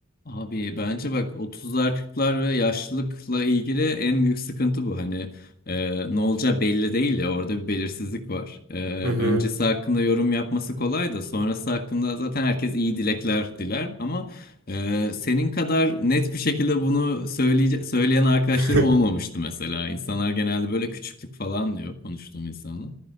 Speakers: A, on the left; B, on the right.
A: Abi bence bak 30'lar kırklar ve yaşlılıkla ilgili en büyük sıkıntı bu. Hani e, ne olacağı belli değil ya orada bir belirsizlik var. E,
B: Hı hı.
A: öncesi hakkında yorum yapması kolay da sonrası hakkında zaten herkes iyi dilekler diler. Ama e, senin kadar net bir şekilde bunu söyleyece- söyleyen arkadaşlarım
B: <laughs>
A: olmamıştı mesela. İnsanlar genelde böyle küçüklük falan diyor konuştuğum insanlar.